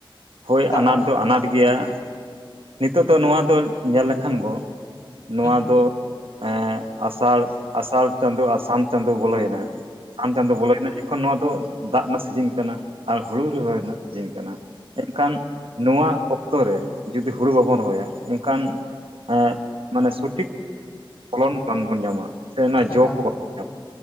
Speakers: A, on the right (about 80°); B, on the left (about 50°).
A: ᱦᱳᱭ
B: ᱫᱟᱜ
A: ᱟᱱᱟᱴ
B: ᱠᱚ
A: ᱫᱚ ᱟᱱᱟᱴ ᱜᱮᱭᱟ ᱾ ᱱᱤᱛᱚᱜ ᱫᱚ ᱱᱚᱣᱟ ᱫᱚ ᱧᱮᱞ ᱞᱮᱠᱷᱟᱱ ᱵᱚ ᱱᱚᱣᱟ
B: ᱦᱩᱸ
A: ᱫᱚ ᱮᱸ ᱟᱥᱟᱲ ᱟᱥᱟᱲ ᱪᱟᱸᱫᱚ ᱟᱥᱟᱱ ᱪᱟᱸᱫᱚ ᱵᱚᱞᱚᱭᱮᱱᱟ᱾ ᱥᱟᱱ ᱪᱟᱸᱫᱚ
B: ᱮᱠᱟᱞ
A: ᱵᱚᱞᱚᱭᱮᱱᱟ ᱮᱠᱷᱚᱱ ᱱᱚᱣᱟ ᱫᱚ ᱫᱟᱜ ᱱᱟᱜ ᱥᱤᱡᱤᱱ ᱠᱟᱱᱟ ᱟᱨ ᱦᱩᱲᱩ ᱨᱮᱦᱚᱸ
B: ᱦᱩᱸ
A: ᱨᱮᱱᱟᱜ ᱾ ᱡᱤᱱ ᱠᱟᱱᱟ ᱮᱱᱠᱷᱟᱱ ᱱᱚᱣᱟ ᱚᱠᱛᱚ ᱨᱮ ᱡᱩᱫᱤ ᱦᱩᱲᱩ ᱵᱟᱵᱚᱱ ᱨᱚᱦᱚᱭᱟ ᱮᱱᱠᱷᱟᱱ ᱮ ᱢᱟᱱᱮ ᱥᱚᱴᱷᱤᱠ ᱯᱷᱚᱞᱚᱱ ᱵᱟᱝᱵᱚᱱ ᱧᱟᱢᱟ ᱥᱮ ᱚᱱᱟ ᱡᱚ
B: ᱮᱠᱟᱞ
A: ᱠᱚ ᱵᱟᱵᱚᱱ ᱧᱟᱢᱟ,